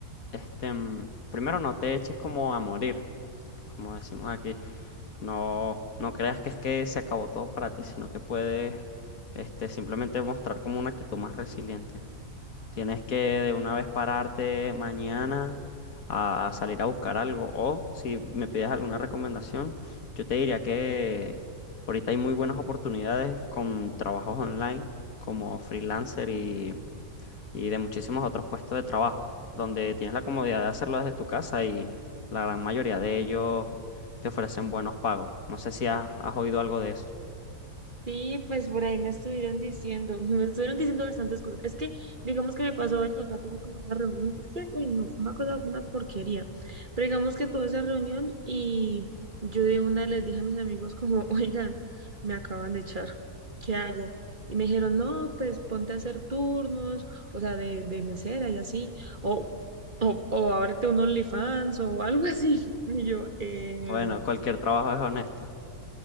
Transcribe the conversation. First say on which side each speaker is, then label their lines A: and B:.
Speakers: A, on the left (about 65°); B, on the right (about 35°).
A: este mm, primero no te eches como a morir, como decimos aquí. No, no creas que es que se acabó todo para ti, sino que puedes este simplemente mostrar como una actitud más resiliente. Tienes que de una vez pararte mañana a salir a buscar algo. O si me pides alguna recomendación, yo te diría que ahorita hay muy buenas oportunidades con trabajos online, como freelancer y, y de muchísimos otros puestos de trabajo, donde tienes la comodidad de hacerlo desde tu casa y la gran mayoría de ellos te ofrecen buenos pagos. No sé si has, has oído algo de eso.
B: Sí, pues por ahí me estuvieron diciendo, <laughs> me estuvieron diciendo bastantes cosas. Es que, digamos que me pasó eso, o sea, tuve como esa reunión, es que, uy, no, fue una cosa, una porquería. Pero digamos que tuve esa reunión y yo de una les dije a mis amigos como, <laughs> oigan, me acaban de echar, ¿qué hago? Y me dijeron, no, pues ponte a hacer turnos, o sea, de, de mesera y así, o, o, o ábrete un OnlyFans o algo así. <laughs> Y yo, em,
A: Bueno, cualquier trabajo es honesto.